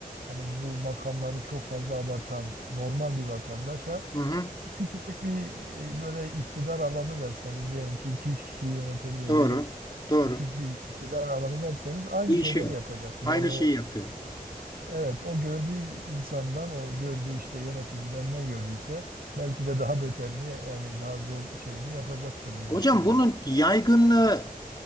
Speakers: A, on the right (about 80°); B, on the left (about 25°).
A: hani bu makamları çok fazla abartan normal bir vatandaşa
B: Hı hı,
A: küçücük bir e, böyle iktidar alanı verseniz diyelim ki iki üç kişiyi yönetebileceği
B: doğru. Doğru.
A: küçük bir iktidar alanı verseniz aynı
B: Değişiyor.
A: şeyleri yapacaktır.
B: Aynı
A: Yani o
B: şeyi yapıyor.
A: Evet, o gördüğü insandan, o gördüğü işte yöneticiden ne gördüyse belki de daha beterini yani daha zor şeyini yapacaktır diye
B: Hocam
A: düşünüyorum.
B: bunun yaygınlığı